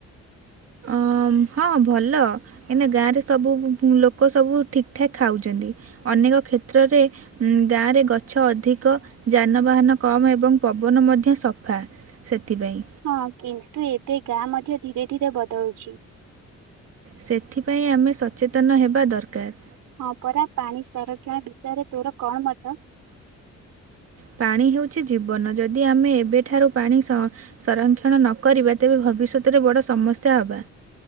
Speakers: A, on the right; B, on the right.
A: ହଁ ଭଲ କାହିଁକିନା ଗାଁରେ ସବୁ ଲୋକ ସବୁ ଠିକ ଠାକ୍ ଖାଉଛନ୍ତି। ଅନେକ କ୍ଷେତ୍ରରେ ଉଁ ଗାଁରେ ଗଛ ଅଧିକ ଯାନବାହାନ କମ୍ ଏବଂ ପବନ ମଧ୍ୟ ସଫା। ସେଥିପାଇଁ।
B: ହଁ କିନ୍ତୁ ଏବେ ଗାଁ ମଧ୍ୟ ଧୀରେ ଧୀରେ ବଦଳୁଛି।
A: ସେଥିପାଇଁ ଆମେ ସଚେତନ ହେବା ଦରକାର।
B: ହଁ ପରା ପାଣି ସଂରକ୍ଷଣ ବିଷୟରେ ତୋର କଣ ମତ?
A: ପାଣି ହେଉଛି ଜୀବନ ଯଦି ଆମେ ଏବେଠାରୁ ପାଣି ସ ସଂରକ୍ଷଣ ନକରିବା ତେବେ ଭବିଷ୍ୟତରେ ବଡ଼ ସମସ୍ୟା ହେବା।